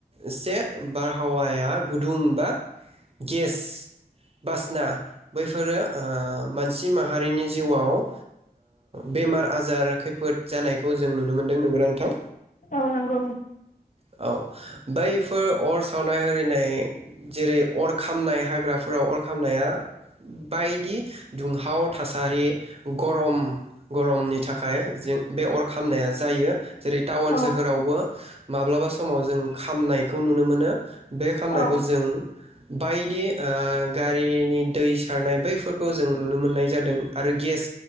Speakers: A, on the right; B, on the left.
A: से बारहावाया गुदुं बा गेस बासना बैफोरो मानसि माहारिनि जिउआव बेमार आजार खैफोद जानायखौ जों नुनो मोनदों नोंगौना नोंथां?
B: औ नांगौ।
A: औ बैफोर अर सावनाय हिनाय जेरै अर खामनाय हाग्राफोराव अर खामनाया बायदि दुंहाव थासारि गरम गरमनि थाखाय जों बे अर खामनाया जायो जेरै टाउन
B: औ
A: सोहोरावबो माब्लाबा समाव जों खामनायखौ नुनो मोनो बे खालामामनायखौ
B: औ
A: जों बायदि ओ गारिनि दै सारनाय बैफोरखौ जों नुनो मोननाय जादों आरो गेस